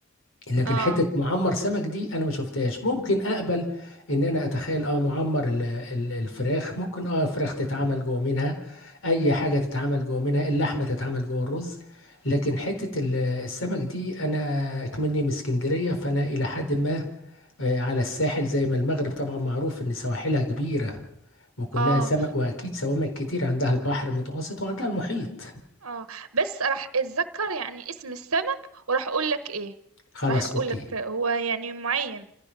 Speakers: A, on the left; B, on the right.
A: لكن
B: اه
A: حتة معمر سمك دي انا ما شفتهاش ممكن اقبل ان انا اتخيل اه معمر ال... ال- الفراخ ممكن اه فراخ تتعمل جوه منها اي حاجة تتعمل جوه منها اللحمة تتعمل جوه الرز لكن حتة ال- السمك دي انا اكمني من اسكندرية فانا الى حد ما آه، على الساحل زي ما المغرب طبعا معروف ان سواحلها كبيرة وكلها
B: اه
A: سمك واكيد سوامك كتير عندها البحر المتوسط وعندها المحيط
B: اه بس راح اتذكر يعني اسم السمك وراح اقول لك ايه
A: خلاص
B: راح اقول
A: اوكي
B: لك هو يعني معين